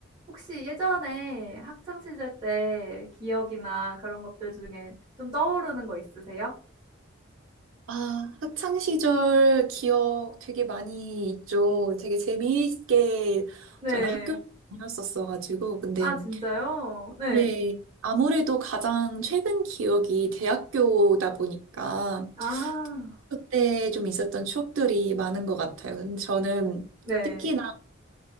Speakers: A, on the right (about 25°); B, on the right (about 75°).
A: 혹시 예전에 학창 시절 때 기억이나 그런 것들 중에 좀 떠오르는 거 있으세요?
B: 아, 학창 시절 기억 되게 많이 있죠. 되게 재미있게
A: 네.
B: 저는 학교를 다녔었어가지고. 근데,
A: 아 진짜요? 네.
B: 네, 아무래도 가장 최근 기억이 대학교다 보니까
A: 아.
B: 그때 좀 있었던 추억들이 많은 것 같아요. 근데 저는
A: 네.
B: 특히나